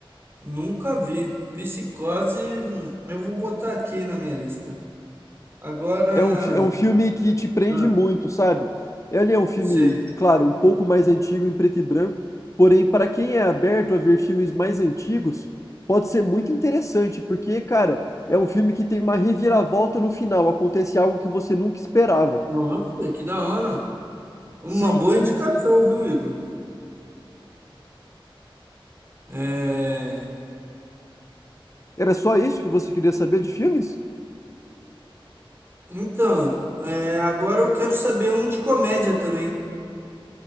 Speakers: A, on the right; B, on the left.
A: Nunca vi. Psicose, hum, eu vou botar aqui na minha lista. Agora,
B: É um, fi- é um filme que te prende
A: ah,
B: muito, sabe? Ele é um filme,
A: sei.
B: claro, um pouco mais antigo em preto e branco, porém, para quem é aberto a ver filmes mais antigos, pode ser muito interessante, porque, cara, é um filme que tem uma reviravolta no final, acontece algo que você nunca esperava.
A: Nossa, que da hora. Uma
B: Sim,
A: boa indicação, viu, Igor? É...
B: era só isso que você queria saber de filmes?
A: Então, é, agora eu quero saber um de comédia também.